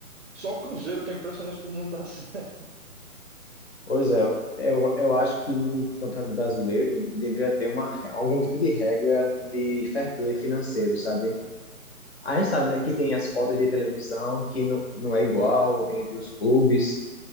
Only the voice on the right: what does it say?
Só o Cruzeiro que é impressionante como não dá <laughs> certo.
Uhum,